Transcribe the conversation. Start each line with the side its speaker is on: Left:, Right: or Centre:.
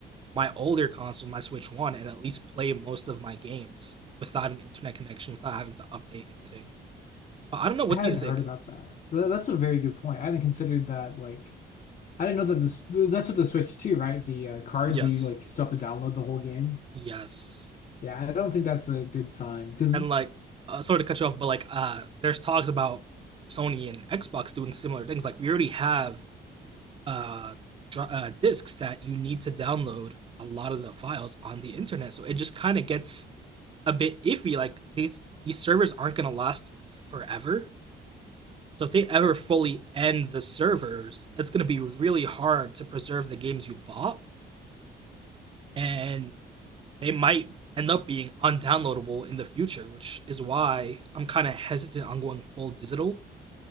Right: my older console, my Switch One, and at least play most of my games without an internet connection, without having to update anything. But I don't know. What
Left: I
Right: do
Left: hadn't
Right: you think?
Left: heard about that. Th- that's a very good point. I hadn't considered that. Like, I didn't know that this. That's with the Switch too, right? The uh, cards
Right: Yes,
Left: where you like still have to download the whole game.
Right: yes,
Left: Yeah, I don't think that's a good sign because
Right: and like, uh, sorry to cut you off, but like, uh, there's talks about Sony and Xbox doing similar things. Like, we already have uh, dr- uh discs that you need to download a lot of the files on the internet, so it just kind of gets a bit iffy. Like these these servers aren't gonna last forever. So if they ever fully end the servers, it's going to be really hard to preserve the games you bought, and they might end up being undownloadable in the future, which is why I'm kind of hesitant on going full digital,